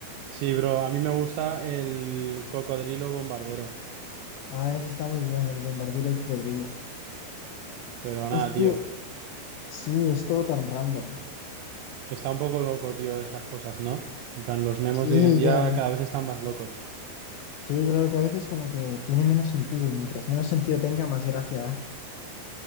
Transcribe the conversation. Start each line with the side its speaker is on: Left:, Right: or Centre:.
Right: Sí, bro, a mí me gusta el cocodrilo bombardero.
Left: Ah, ese está muy bueno, el bombardiro cocodrilo.
Right: Pero nada,
Left: Es que
Right: tío.
Left: sí, es todo tan random.
Right: Está un poco loco, tío, esas cosas, ¿no? En plan, los memes
Left: Sí,
Right: de hoy en día
Left: ya. eh.
Right: cada vez están más locos.
Left: Sí, claro que a veces como que tiene menos sentido y mientras menos sentido tenga, más gracia da.